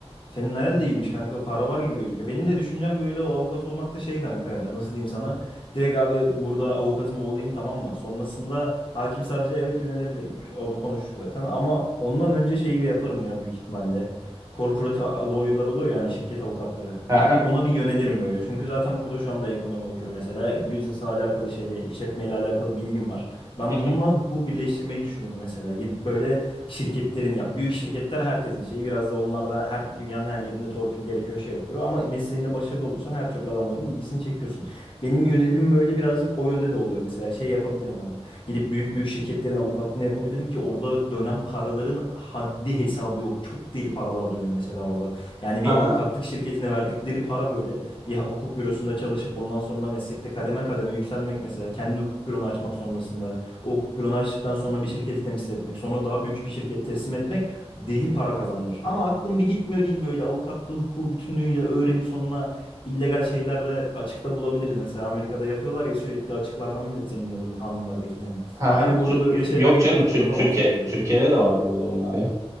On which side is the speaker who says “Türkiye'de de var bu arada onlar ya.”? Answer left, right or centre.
Right